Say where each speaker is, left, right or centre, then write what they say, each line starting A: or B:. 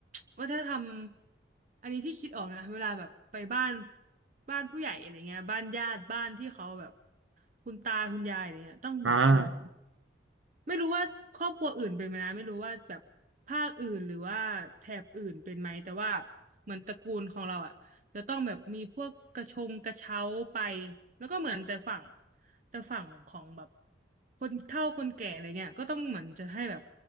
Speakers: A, on the right; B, on the right.
A: <tsk> วัฒนธรรมอันนี้ที่คิดออกนะเวลาแบบไปบ้านบ้านผู้ใหญ่อะไรเงี้ยบ้านญาติบ้านที่เขาแบบคุณตาคุณยายอะไรเงี้ยต้องแบบเหมือน
B: อ่า
A: ไม่รู้ว่าครอบครัวอื่นเป็นไหมนะไม่รู้ว่าแบบภาคอื่นหรือว่าแถบอื่นเป็นไหมแต่ว่าเหมือนตระกูลของเราอ่ะจะต้องแบบมีพวกกระชงกระเช้าไปแล้วก็เหมือนแต่ฝั่งแต่ฝั่งของแบบคนเฒ่าคนแก่อะไรเงี้ยก็ต้องเหมือนจะให้แบบ